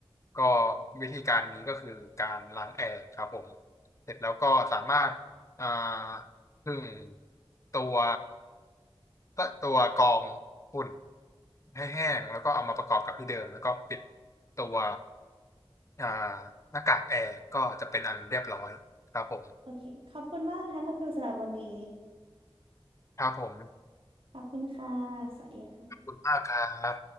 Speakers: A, on the left; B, on the right.
A: ก็วิธีการนี้ก็คือการล้างแอร์ครับผมเสร็จแล้วก็สามารถ อ่าผึ่งตัวตตัวกรองฝุ่นให้แห้งแล้วก็เอามาประกอบกับที่เดิมแล้วก็ปิดตัวอ่าหน้ากากแอร์ก็จะเป็นอันเรียบร้อยครับผม
B: โอเคขอบคุณมากนะคะคุณฟิวสำหรับวันนี้
A: ครับผม
B: ขอบคุณค่ะสวัสดีค่ะ
A: ขอบคุณมากครับ